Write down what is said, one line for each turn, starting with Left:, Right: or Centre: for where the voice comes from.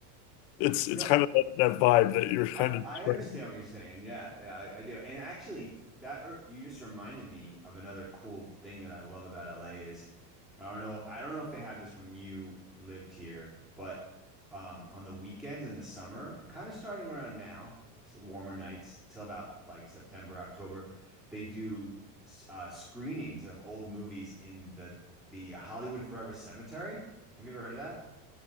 Left: it's
Centre: no
Left: it's kind of that, that vibe that you're kind
Centre: I
Left: of
Centre: I
Left: describing.
Centre: understand what you're saying. Yeah, yeah, I, I do. And actually, that r- you just reminded me of another cool thing that I love about LA is I don't know I don't know if they have this when you lived here, but um, on the weekends in the summer, kind of starting around now, so warmer nights till about like September, October, they do s- uh, screenings of old movies in the the Hollywood Forever Cemetery. Have you ever heard of that?